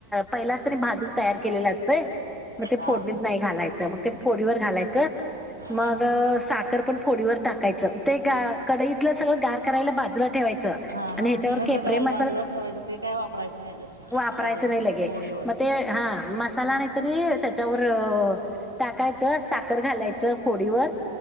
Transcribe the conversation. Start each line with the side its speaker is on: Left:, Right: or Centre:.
Centre: पहिलाच त्यानी भाजून तयार केलेलं असत मग ते
Right: हां
Centre: फोडणीत नाही घालायचं मग ते फोडीवर घालायच. मग
Right: हां
Centre: साखर पण फोडीवर टाकायचं ते ग कडईतलं सगळं गार करायला बाजूला ठ
Right: हां हां
Centre: हच्याे
Right: थंड करायला
Centre: म
Right: बाजूला ठेवायचं ते काय वापरायचं नाही ह्याच्यात
Centre: वाप
Right: लगेच
Centre: ले.
Right: फोडीवर
Centre: ते हा मसाला नाहीतरी त्याच्यावर टाकायचं. साकर घालायचं फोडीवर